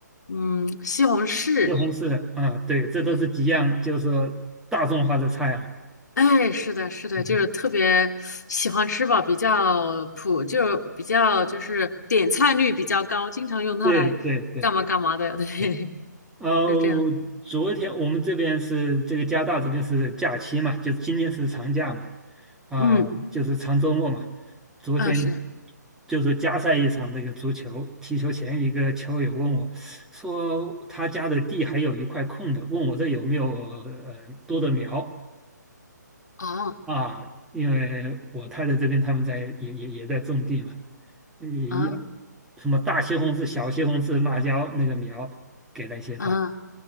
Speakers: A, on the left; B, in the centre.
A: 嗯西红柿。
B: 西红柿啊，对，这都是几样，
A: 对，
B: 就是说大众化的菜了。
A: 哎，是的，是的，
B: 嗯
A: 就是特别喜欢吃吧，比较普，就比较就是点菜率比较高，经常用它来干嘛干嘛的。
B: 对对对
A: 对，
B: 对，呃，
A: <laughs> 是这样。
B: 昨天我们这边是这个加拿大这边是假期嘛，就今天是长假嘛，啊，
A: 嗯，
B: 就是长周末嘛，昨天
A: 啊是，
B: 就是加赛一场那个足球，踢球前一个球友问我，说他家的地还有一块空的，问我这有没有呃多的苗
A: 哦，
B: 啊？因为我太太这边他们在也也也在种地嘛，也一样，
A: 啊
B: 什么大西红柿、小西红柿、辣椒那个苗给了一些他，
A: 啊